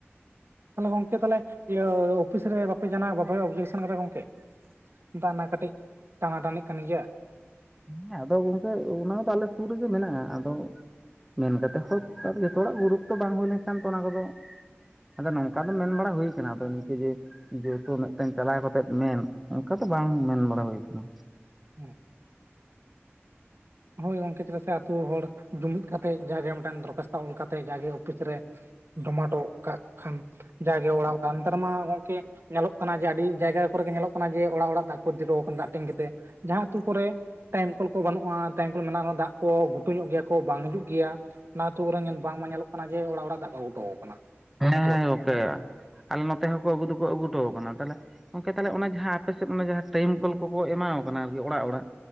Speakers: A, on the right (about 60°); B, in the centre.
A: ᱛᱟᱞᱦᱮ ᱜᱚᱢᱠᱮ ᱛᱟᱦᱞᱮ ᱤᱭᱟᱹ ᱚᱯᱷᱤᱥ ᱨᱮ ᱵᱟᱯᱮ ᱡᱟᱱᱟᱣ ᱵᱟᱯᱮ ᱚᱵᱡᱮᱠᱥᱮᱱ ᱠᱟᱫᱟ ᱜᱚᱝᱠᱮ᱾ ᱫᱟᱜ ᱨᱮᱱᱟᱜ ᱠᱟᱹᱴᱤᱡᱽ ᱴᱟᱱᱟ ᱴᱟᱹᱱᱤᱜ ᱠᱟᱱ ᱜᱮᱭᱟ᱾
B: ᱦᱮᱸ ᱟᱫᱚ ᱜᱚᱝᱠᱮ ᱚᱱᱟ ᱫᱚ ᱟᱞᱮ ᱥᱩᱨ ᱨᱮᱜᱮ ᱢᱮᱱᱟᱜ-ᱟ ᱟᱫᱚ ᱢᱮᱱ ᱠᱟᱛᱮᱫ ᱦᱚ ᱛᱚ ᱡᱚᱛᱚ ᱦᱚᱲᱟᱜ ᱜᱩᱨᱩᱛᱚ ᱵᱟᱝ ᱦᱩᱭ ᱞᱮᱱᱠᱷᱟᱱ ᱛᱚ ᱚᱱᱟ ᱠᱚᱫᱚ ᱟᱫᱚ ᱱᱚᱝᱠᱟ ᱫᱚ ᱢᱮᱱ ᱵᱟᱲᱟ ᱦᱳᱭ ᱠᱟᱱᱟ ᱟᱫᱚ ᱱᱤᱝᱠᱟᱹ ᱡᱮ ᱡᱚᱛᱚ ᱢᱤᱫᱴᱮᱱ ᱪᱟᱞᱟᱣ ᱠᱟᱛᱮᱜ ᱢᱮᱱ ᱚᱱᱠᱟ ᱫᱚ ᱵᱟᱝ ᱢᱮᱱ ᱵᱟᱲᱟ ᱦᱳᱭ ᱠᱟᱱᱟ᱾
A: ᱦᱮᱸ᱾ ᱦᱳᱭ ᱜᱚᱢᱠᱮ ᱪᱮᱫᱟᱜ ᱥᱮ ᱟᱛᱩ ᱦᱚᱲ ᱡᱩᱢᱤᱫ ᱠᱟᱛᱮᱜ ᱡᱟᱜᱮ ᱢᱮᱫᱴᱟᱝ ᱫᱚᱨᱠᱟᱷᱟᱥᱛᱚ ᱚᱞ ᱠᱟᱛᱮᱜ ᱡᱟᱜᱮ ᱚᱯᱷᱤᱥ ᱨᱮ ᱡᱚᱢᱟ ᱦᱚᱴᱚ ᱠᱟᱜ ᱠᱷᱟᱱ ᱡᱟᱜᱮ ᱚᱲᱟᱜ-ᱚᱲᱟᱜ ᱱᱮᱛᱟᱨ ᱢᱟ ᱜᱚᱝᱠᱮ ᱧᱮᱞᱚᱜ ᱠᱟᱱᱟ ᱡᱮ ᱟᱹᱰᱤ ᱡᱟᱭᱜᱟ ᱠᱚᱨᱮ ᱜᱮ ᱧᱮᱞᱚᱜ ᱠᱟᱱᱟ ᱡᱮ ᱚᱲᱟᱜ-ᱚᱲᱟᱜ ᱫᱟᱜ ᱠᱚ ᱤᱫᱤ ᱴᱚ ᱠᱟᱱᱟ ᱫᱟᱜ ᱴᱮᱝᱠᱤ ᱛᱮ᱾ ᱡᱟᱦᱟᱸ ᱟᱹᱛᱩ ᱠᱚᱨᱮ ᱴᱟᱭᱤᱢ ᱠᱚᱞ ᱠᱚ ᱵᱟᱹᱱᱩᱜᱼᱟ, ᱴᱟᱭᱤᱢ ᱠᱚᱞ ᱢᱮᱱᱟᱜ ᱨᱮᱦᱚᱸ ᱫᱟᱜ ᱠᱚ ᱜᱷᱩᱴᱩ ᱧᱚᱜ ᱜᱮᱭᱟ ᱠᱚ ᱵᱟᱝ ᱦᱤᱡᱩᱜ ᱜᱮᱭᱟ ᱚᱱᱟ ᱟᱹᱛᱩ ᱠᱚᱨᱮᱱ ᱵᱟᱝᱢᱟ ᱧᱮᱞᱚᱜ ᱠᱚᱱᱟ ᱠᱟᱱᱟ ᱡᱮ ᱚᱲᱟᱜ-ᱚᱲᱟᱜ ᱫᱟᱜ ᱠᱚ ᱟᱹᱜᱩ ᱦᱚᱴᱚ ᱟᱠᱚ ᱠᱟᱱᱟ᱾
B: ᱦᱮᱸ-ᱦᱮᱸ
A: ᱟᱹᱛᱩ ᱟᱹᱛᱩ᱾
B: ᱜᱚᱢᱠᱮ ᱟᱞᱮ ᱱᱚᱛᱮ ᱦᱚᱸᱠᱚ ᱟᱹᱜᱩ ᱫᱚᱠᱚ ᱟᱹᱜᱩ ᱦᱚᱴᱚ ᱟᱠᱚ ᱠᱟᱱᱟ ᱛᱟᱦᱚᱞᱮ, ᱜᱚᱝᱠᱮ ᱛᱟᱦᱚᱞᱮ ᱚᱱᱟ ᱡᱟᱦᱟᱸ ᱟᱯᱮᱥᱮᱫ ᱚᱱᱟ ᱡᱟᱦᱟᱸ ᱴᱟᱭᱤᱢ ᱠᱚᱞ ᱠᱚᱠᱚ ᱮᱢᱟᱣ ᱟᱠᱚ ᱠᱟᱱᱟ ᱟᱨᱠᱤ ᱚᱲᱟᱜ-ᱚᱲᱟᱜ